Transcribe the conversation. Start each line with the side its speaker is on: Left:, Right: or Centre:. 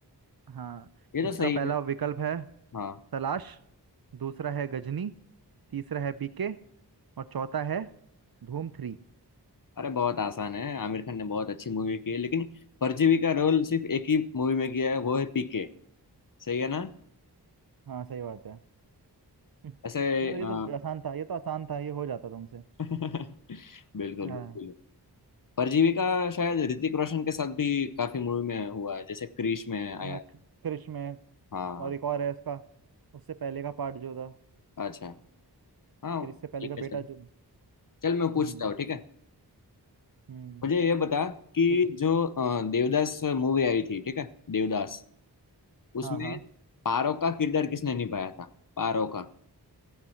Right: हाँ
Left: ये
Right: इसका
Left: तो सही
Right: पहला
Left: है
Right: विकल्प है
Left: हाँ
Right: तलाश दूसरा है गजनी तीसरा है पीके और चौथा है धूम थ्री
Left: अरे बहुत आसान है आमिर खान ने बहुत अच्छी मूवी की है लेकिन परजीवी का रोल सिर्फ एक ही मूवी में किया है वो है पीके सही है ना
Right: हाँ सही बात है <laughs>
Left: ऐसे
Right: चलो ये
Left: अ,
Right: तो आसान था ये तो आसान था ये हो जाता तुमसे
Left: <laughs> बिल्कुल
Right: हाँ
Left: बिल्कुल परजीवी का शायद ऋतिक रोशन के साथ भी काफी मूवी में हुआ है जैसे क्रिश में आया
Right: हाँ क्रि- क्रिश में
Left: हाँ
Right: और एक और है इसका उससे पहले का पार्ट जो था
Left: अच्छा हाँ
Right: क्रिश से पहले
Left: ठीक
Right: का
Left: है
Right: बेटा
Left: चल
Right: जो
Left: चल मैं पूछता
Right: हम्म
Left: हूँ ठीक है
Right: हम्म
Left: मुझे ये बता कि
Right: ठीक है
Left: जो अ, देवदास मूवी आई थी ठीक है देवदास उसमें
Right: हाँ हाँ
Left: पारो का किरदार किसने निभाया था पारो का